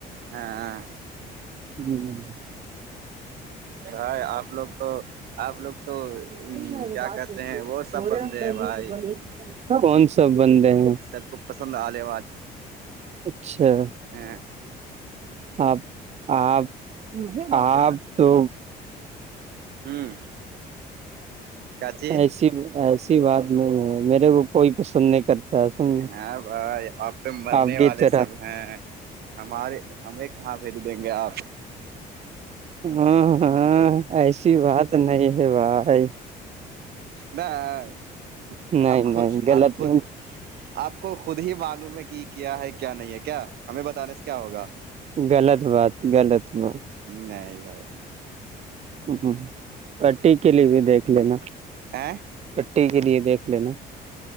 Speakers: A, on the right; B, on the right.
A: ہاں ہاں
B: جی جی جی
A: ہائی آپ لوگ تو آپ لوگ تو
B: سننا
A: کیا
B: بات
A: کہتے
B: ہوتی
A: ہیں وہ
B: تھڑے
A: سب بندے
B: ہم گ
A: ہیں بھائی
B: بڑ کون سا بندے ہیں
A: سب کو پسند آنے
B: اچھا
A: ہ
B: آپ آپ آپ
A: کتنا
B: تو
A: ہوں کاچی
B: ایسی ایسی بات نہیں ہے میرے کو کوئی پسند نہیں کرتا ہے سن
A: ہاں بھائی آپ پہ مرنے
B: آپ کی
A: والے
B: طرح
A: سب <unintelligible> ہاں ہمارے ہمیں کہاں ویلو دیں گے آپ
B: ہاں ہاں ایسی بات نہیں ہے بھائی
A: نہیں
B: نہیں
A: اب خود
B: نہیں غلط
A: آپ خود آپ کو خود ہی معلوم ہے کہ کیا ہے کیا نہیں ہے کیا ہمیں بتانے سے کیا ہوگا
B: غلط بات غلط بات
A: نہیں بھائی
B: ہ ہ پٹی کے لیے بھی دیکھ لینا
A: آ
B: چٹی کے لیے دیکھ لینا